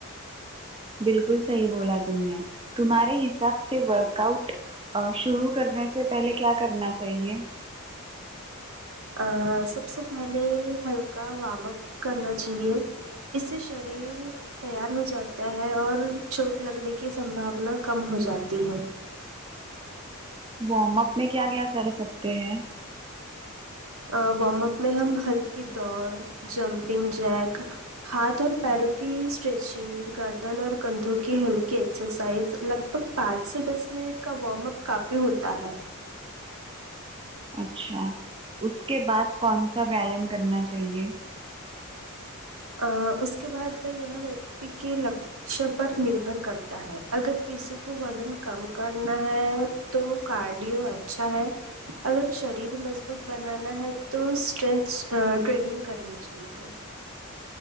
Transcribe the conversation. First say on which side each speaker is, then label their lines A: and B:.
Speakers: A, on the right; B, on the right.
A: بالکل صحیح بولا تم نے تمہارے حساب سے ورک آؤٹ آ شروع کرنے سے پہلے کیا کرنا چاہیے
B: آں سب سے پہلے ہلکا وارم اپ کرنا چاہیے اس سے شریر تیار ہو جاتا ہے اور چوٹ لگنے کی سمبھاونا کم ہو جاتی ہے
A: وارم اپ میں کیا کیا کر سکتے ہیں
B: وارم اپ میں ہم ہلکی دوڑ جمپنگ جیک ہاتھ اور پیروں کی اسٹریچنگ گردن اور کندھوں کی ہلکی ایکسرسائز لگ بھگ پانچ سے دس منٹ کا وارم اپ کافی ہوتا ہے
A: اچھا اس کے بعد کون سا ویایام کرنا چاہیے
B: آ اس کے بعد یہ ویکتی کی ل کش پر نربھر کرتا ہے اگر کسی کو وزن کم کرنا ہے تو کارڈیو اچھا ہے اگر شریر مضبوط بنانا ہے تو اسٹرینچھ ٹریننگ کرنی ٹھیک ہے